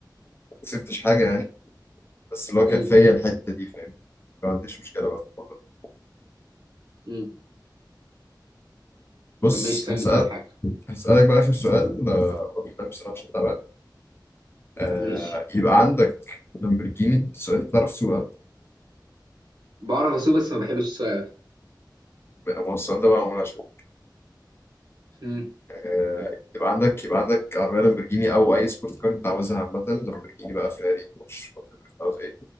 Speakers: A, on the left; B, on the right.
A: ما كسبتش حاجة يعني بس اللي هو
B: امم
A: كانت فيا الحته دي فاهم ما عنديش مشكله بقى في الموضوع ده.
B: امم
A: بص
B: طب ماشي سألني
A: هسأل
B: طيب حاجة
A: هسألك بقى آخر سؤال آه، وأنا بصراحة عشان تعبان آه،
B: ماشي
A: يبقى عندك لامبرجيني السؤال ده بتعرف تسوقها
B: بعرف اسوق بس ما بحبش السواقة أوي.
A: هو السؤال ده بقى معمول عشان
B: امم
A: آه، يبقى عندك يبقى عندك عربية لامبرجيني أو أي سبورت كار أنت عاوزها عامة لامبرجيني بقى فيراري بورش whatever، عاوز إيه